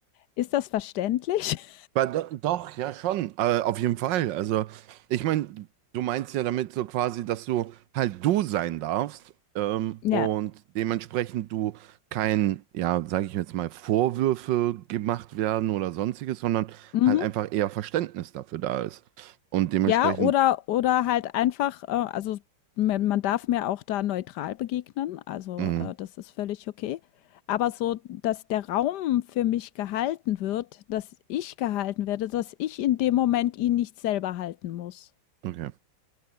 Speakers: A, on the left; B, on the right.
A: Ist das verständlich? <laughs>
B: Weil do, doch, ja schon, äh, auf jeden Fall. Also, ich meine, du meinst ja damit so quasi, dass du halt du sein darfst ähm,
A: Ja.
B: und dementsprechend du kein, ja, sage ich jetzt mal, Vorwürfe gemacht werden oder sonstiges, sondern
A: Mhm.
B: halt einfach eher Verständnis dafür da ist. Und dementsprechend,
A: Ja, oder oder halt einfach, äh, also man darf mir auch da neutral begegnen, also
B: mhm,
A: äh, das ist völlig okay. Aber so, dass der Raum für mich gehalten wird, dass ich gehalten werde, dass ich in dem Moment ihn nicht selber halten muss.
B: okay.